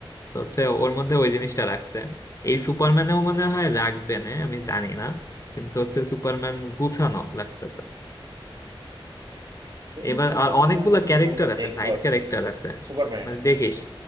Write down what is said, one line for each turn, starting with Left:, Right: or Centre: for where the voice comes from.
Left: তো হচ্ছে ওর মধ্যে ওই জিনিসটা রাখছে এই সুপারম্যানেও মনে হয় রাখবে না আমি জানি না কিন্তু হচ্ছে সুপারম্যান গুছানো লাগতেছে
Right: দেখি
Left: এবার
Right: সুপারম্যান
Left: আর অনেকগুলো ক্যারেক্টার
Right: মুভিটা
Left: আছে
Right: দেখবো
Left: সাইড
Right: আর
Left: ক্যারেক্টার
Right: কি
Left: আছে
Right: সুপারম্যান
Left: মানে দেখিস